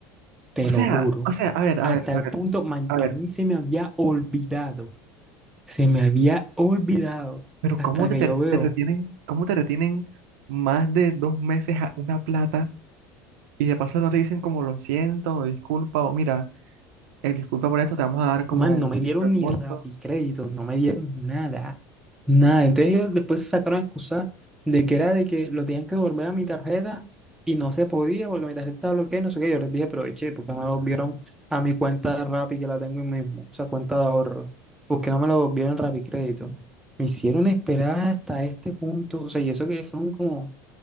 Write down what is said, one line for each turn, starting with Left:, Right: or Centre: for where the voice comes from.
Centre: te
Right: O
Centre: lo
Right: sea,
Centre: juro.
Right: o sea, a ver, a
Centre: Hasta
Right: ver, a
Centre: el
Right: ver,
Centre: punto, man,
Right: a
Centre: a
Right: ver,
Centre: mí se me había olvidado, se me había olvidado.
Right: pero
Centre: Hasta
Right: ¿cómo te,
Centre: que
Right: te-
Centre: yo veo
Right: te retienen, cómo te retienen más de dos meses a- una plata y de paso no te dicen como lo siento o disculpa o mira, eh, disculpa por esto, te vamos a dar como
Centre: Man, no me dieron
Right: reembolso?
Centre: ni Rappi créditos, no me dieron nada, nada. Entonces ellos después sacaron excusa de que era de que lo tenían que devolver a mi tarjeta y no se podía porque mi tarjeta estaba bloqueada, y no sé qué. Yo les dije, aproveché, porque me lo devolvieron a mi cuenta de Rappi que la tengo ahí mismo, o sea, cuenta de ahorro, porque no me lo devolvieron Rappi crédito. Me hicieron esperar hasta este punto, o sea, y eso que fueron como,